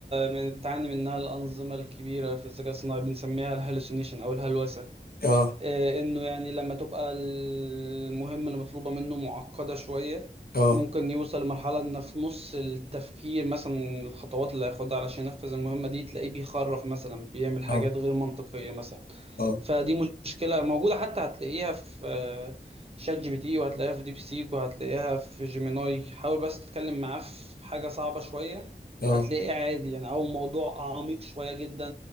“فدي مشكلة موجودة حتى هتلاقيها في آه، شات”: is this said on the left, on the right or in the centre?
Right